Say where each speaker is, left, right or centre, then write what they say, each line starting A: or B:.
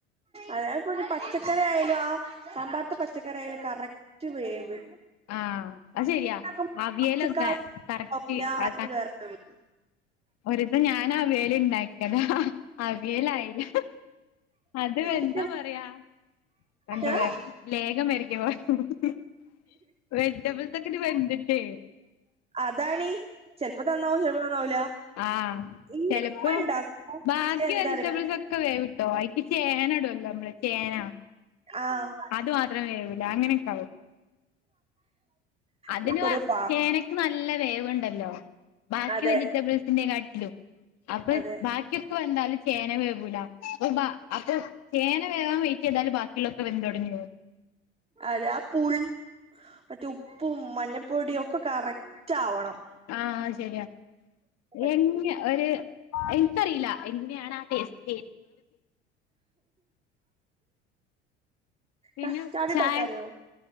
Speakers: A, on the right; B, on the left.
A: അതായത് ഇപ്പോ പച്ചക്കറി ആയാലും ആ സാമ്പർതെ പച്ചക്കറി ആയാലും കറക് ന്റ് വേവ്
B: ആഹ അത് ശെരിയാ
A: ഉണ്ടാക്കുമ്പോ
B: അവിയലൊക്കെ
A: പച്ചക്കായ
B: കറക്റ്റ്
A: ആവൂല
B: ആ
A: അതില് വേറെ വേവ്
B: ഒരിസം ഞാനും അവിയൽ ഇണ്ടാക് അവിയലായില്ല അതെന്താ
A: ഇത്
B: പറയാ എന്താ
A: ഏ?
B: പറയാ ലേഖം <unintelligible> വെജിറ്റബിൾസ് ഒക്കെ ഇട്ട് വെന്തിട്ടേ
A: അതാണി ചെലപ്പോ നന്നാവും ചെലപ്പോ നന്നാവൂല
B: ആഹ്
A: ഇന്റെ
B: ചിലപ്പോ
A: ഉമ്മ ഇണ്ടാക്കും
B: ബാക്കി
A: പക്ഷെ എന്താറിയോ
B: വെജിറ്റബിൾസ് ഒ ക്കെ വേവ്ട്ടോ അയ്ക്ക് ചേന ഇടല്ലോ നമ്മള് ചേന
A: ആഹ്
B: അത് മാത്രം വേവൂല അങ്ങനെക്കാവും അതിന്
A: എനിക്കൊരു പാ
B: ചേന നല്ല വേവൂണ്ടല്ലോ ബാക്കി
A: അതെ
B: വെജിറ്റബിൾസിന് കാട്ടിലും അപ്പൊ
A: അതെ
B: ബാക്കി വെന്താലും ചേന വേവൂല അ അപ്പൊ ചേന വേവാൻ വേറ്റി ചെയ്താലും ബാക്കിയുള്ള വെന്തൊടഞ്ഞ് പോകും
A: അതെ ആ പുൾ മറ്റേ ഉപ്പും മഞ്ഞപ്പൊടിയും ഒക്കെ കറക്ടാവണം
B: ആഹ് ശരിയാ
A: പറ്റുള്ളൂ
B: എങേ ഒരു എനിക്കറിയില്ല എങ്ങനെയാണ് ആ ടേസ്റ്റ് പിന്നെ
A: കസ്റ്റാർഡ്
B: ചായ
A: ഇണ്ടാക്കാൻ അറിയോ